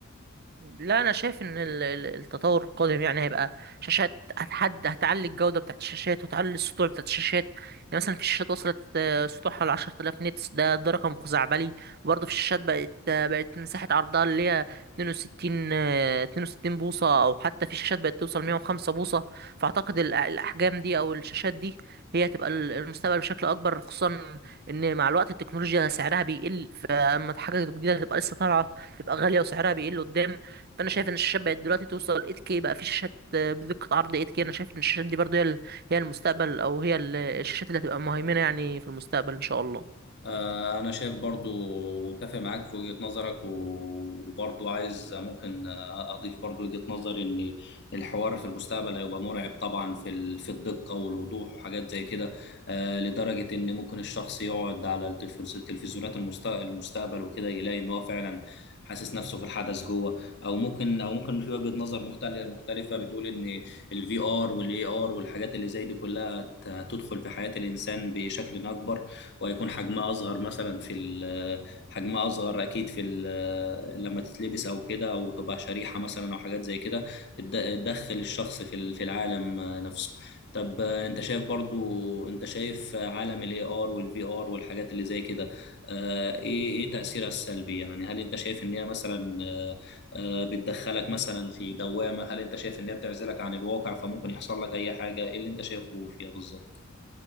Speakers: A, on the right (about 50°); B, on the left (about 55°).
A: لا انا شايف ان ال- ال- التطور القادم يعني هيبقى شاشات هتحد هتعلي الجوده بتاعت الشاشات وتعلي السطوع بتاعت الشاشات يعني مثلا في شاشات وصلت آه، سطوعها حوالي 10000 نيتس ده ده رقم خزعبلي وبرضه في الشاشات بقت آه، بقت مساحه عرضها اللي هي 62 آه، 62 بوصه او حتى في شاشات بقت توصل 105 بوصه فاعتقد ال- الاحجام دي او الشاشات دي هي هتبقى ال- المستقبل بشكل اكبر خصوصا ان مع الوقت التكنولوجيا سعرها بيقل فاما حاجه جديده تبقى لسه طالعه تبقى غالية وسعرها بيقل قدام فانا شايف ان الشاشات بقت دلوقتي توصل 8K بقى في شاشات آه، بدقه عرض 8K انا شايف ان الشاشات دي برضه هي ال- هي المستقبل او هي ال- الشاشات اللي هتبقى مهيمنه يعني في المستقبل ان شاء الله
B: آه، أنا شايف برضو متفق معاك في وجهة نظرك و- وبرضو عايز ممكن آه، أضيف برضو وجهة نظري إن الحوار في المستقبل هيبقى مرعب طبعا في ال- في الدقة والوضوح وحاجات زي كده آه، لدرجة إن ممكن الشخص يقعد على التلفز- التلفزيونات المست- المستقبل وكده يلاقي إن هو فعلا حاسس نفسه في الحدث جوه او ممكن او ممكن في وجهة نظر مختلفة مختلفة بتقول ان الفي ار والاي ار والحاجات اللي زي دي كلها هت- هتدخل في حياة الانسان بشكل اكبر وهيكون حجمها اصغر مثلا في ال- حجمها اصغر اكيد في ال- لما تتلبس او كده او تبقى شريحه مثلا او حاجات زي كده تد- تدخل الشخص في ال- في العالم نفسه طب انت شايف برضو انت شايف عالم الاي ار والفي ار والحاجات اللي زي كده آه، ايه ايه تاثيرها السلبي يعني هل انت شايف ان هي مثلا آه، آه، بتدخلك مثلا في دوامه هل انت شايف ان هي بتعزلك عن الواقع فممكن يحصل لك اي حاجه ايه اللي انت شايفه فيها بالظبط